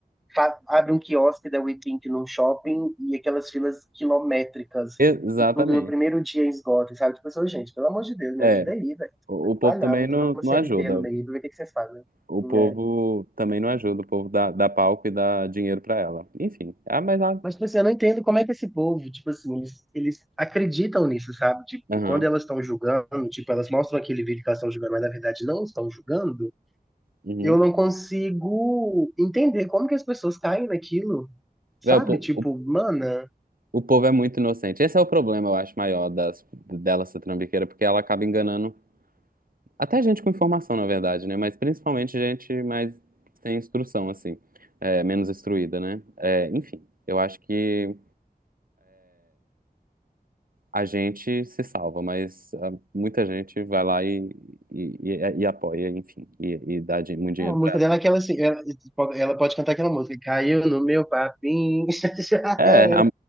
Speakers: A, in the centre; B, on the right (about 60°).
A: fa- abre um quiosque da WePink num shopping e aquelas filas quilométricas,
B: Exatamente.
A: e tudo no primeiro dia esgota, sabe? Tipo assim, gente, pelo amor de Deus, me
B: É,
A: ajuda aí, velho.
B: o, o povo
A: Trabalhar,
B: também
A: vou
B: não,
A: tomar uma
B: não
A: CLT
B: ajuda.
A: no meio, vou ver o que que vocês fazem.
B: O
A: né?"
B: povo também não ajuda, o povo dá, dá palco e dá dinheiro pra ela. Enfim. Ah, mas a.
A: Mas, tipo assim, eu não entendo como é que esse povo, tipo assim, eles, eles acreditam nisso, sabe? Tipo,
B: Aham.
A: quando elas estão julgando, tipo, elas mostram aquele vídeo que elas estão julgando, mas na verdade não estão julgando,
B: Uhum.
A: eu não consigo entender como que as pessoas caem naquilo, sabe?
B: Véi, o, po-
A: Tipo,
B: o,
A: mana,
B: o povo é muito inocente. Esse é o problema, eu acho, maior das, dela ser trambiqueira, porque ela acaba enganando até gente com informação, na verdade, né? Mas principalmente gente mais sem instrução, assim. É, menos instruída, né? É, enfim, eu acho que a gente se salva, mas ah, muita gente vai lá e, e, e, e apoia, enfim, e, e dá di- muito dinheiro
A: a música dela é aquela assim, ela, ela pode cantar aquela música, caiu no meu papinho, <laughs> já
B: É,
A: era.
B: a,